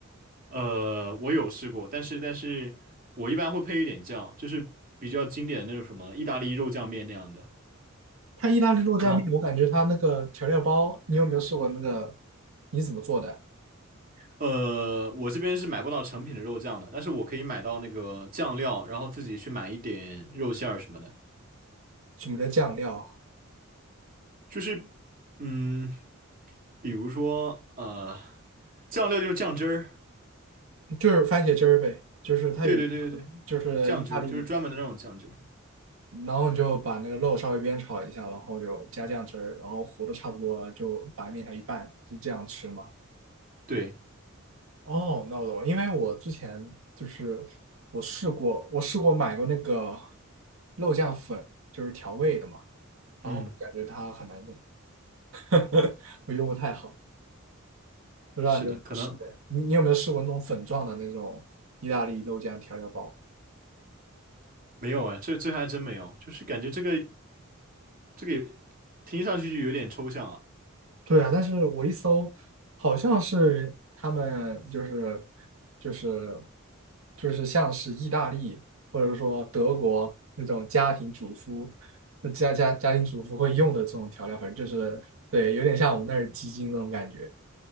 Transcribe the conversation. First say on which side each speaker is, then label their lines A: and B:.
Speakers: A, on the right; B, on the right.
A: 呃，我有试过，但是但是我一般会配一点酱，就是比较经典的那种什么意大利肉酱面那样的。
B: 它意大利肉酱面，
A: 然后
B: 我感觉它那个调料包，你有没有试过那个？你怎么做的？
A: 呃，我这边是买不到成品的肉酱的，但是我可以买到那个酱料，然后自己去买一点肉馅儿什么的。
B: 什么叫酱料？
A: 就是嗯，比如说呃，酱料就是酱汁儿。
B: 就是番茄汁儿呗，就是它有，
A: 对对对对对，
B: 就是意大利，
A: 酱汁就是专门的那种酱汁。
B: 然后你就把那个肉稍微煸炒一下，然后就加酱汁儿，然后糊的差不多了，就把面条一拌，就这样吃嘛。
A: 对，
B: 哦，那我懂了，因为我之前就是我试过，我试过买过那个肉酱粉，就是调味的嘛，
A: 嗯，
B: 然后感觉它很难用，<laughs> 我用不太好，不知道你有没有试过？
A: 是的，可能
B: 你你有没有试过那种粉状的那种意大利肉酱调料包？
A: 没有哎，这这还真没有，就是感觉这个这个听上去就有点抽象啊。
B: 对啊，但是我一搜，好像是他们就是就是就是像是意大利或者说德国那种家庭主妇家家家庭主妇会用的这种调料粉，就是对，有点像我们那儿鸡精那种感觉。